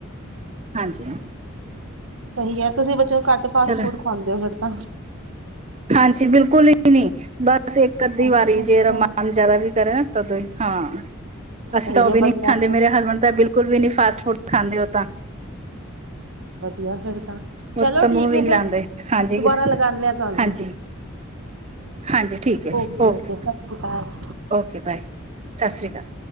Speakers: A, on the right; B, on the right.
A: ਹਾਂਜੀ
B: ਸਹੀ ਹੈ ਤੁਸੀਂ ਬੱਚੇ ਨੂੰ ਘੱਟ ਫਾਸਟ
A: ਚਲੋ
B: ਫੂਡ ਖਾਂਦੇ ਹੋ ਫਿਰ ਤਾਂ
A: ਹਾਂਜੀ ਬਿਲਕੁਲ ਹੀ ਨਹੀਂ ਬਸ ਇੱਕ ਅੱਧੀ
B: ਅੱਛਾ-ਅੱਛਾ
A: ਵਾਰੀ ਜੇ ਰਮਾਨ ਜ਼ਿਆਦਾ ਵੀ ਕਰਿਆ ਤਦੋਂ ਹੀ ਹਾਂ
B: ਸਹੀ
A: ਅਸੀਂ ਤਾਂ ਉਹ
B: ਹੈ
A: ਵੀ ਨਹੀਂੀ
B: ਵਧੀਆ
A: ਖਾਂਦੇ
B: ਫਿਰ
A: ਮੇਰੇ ਹਸਬੈਂਡ ਤਾਂ ਬਿਲਕੁਲ ਬਿਲਕੁਲ ਵੀ ਨੀ ਫਾਸਟ ਫੂਡ ਖਾਂਦੇ ਹੋ ਤਾਂ
B: ਵਧੀਆ ਫਿਰ ਤਾਂ ਚਲੋ
A: ਉਹ ਤਾਂ
B: ਠੀਕ
A: ਮੂੰਹ ਵੀ
B: ਹੈ
A: ਨਹੀਂੀ
B: ਫਿਰ
A: ਲਾਉਂਦੇ ਹਾਂਜੀ
B: ਦੁਬਾਰਾ
A: ਕਿਸ
B: ਲਗਾਨੇ ਆ ਤੁਹਾਨੂੰ।
A: ਹਾਂਜੀ ਹਾਂਜੀ ਠੀਕ ਹੈ ਜੀ
B: ਓਕੇ-ਓਕੇ
A: ਓਕੇ
B: ਸਤਿ ਸ਼੍ਰੀ ਅਕਾਲ।
A: ਓਕੇ ਬਾਏ ਸਤਿ ਸ਼੍ਰੀ ਅਕਾਲ